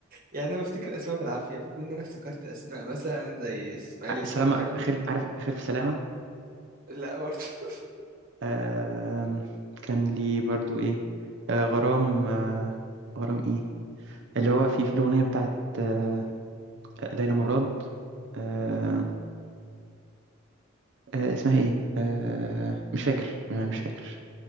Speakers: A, on the right; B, on the right.
A: يعني انا بفتكر اسماء بالعافية فكون انا افتكرت اسماء مثلا زي اسماعيل ياسين
B: سلامة
A: والكلام
B: خير عارف خير في سلامة
A: لا برضه <laughs>
B: آم، كان لي برضو ايه آه، غرام آه، غرام ايه اللي هو في في الاغنية بتاعت آه، ليلى مراد آه، آه، اسمها ايه آه، مش فاكر آه، مش فاكر